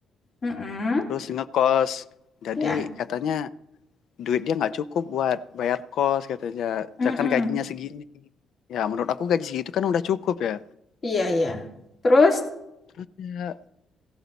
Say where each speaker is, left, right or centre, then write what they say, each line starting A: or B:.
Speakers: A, on the left (about 40°); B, on the left (about 70°).
A: Mm-mm.
B: terus ngekos. Jadi
A: Ya.
B: katanya duit dia nggak cukup buat bayar kos katanya.
A: Mm-mm.
B: Jangan gajinya segini. Ya, menurut aku gaji segitu kan udah cukup ya.
A: Iya, iya. Terus,
B: Terus ya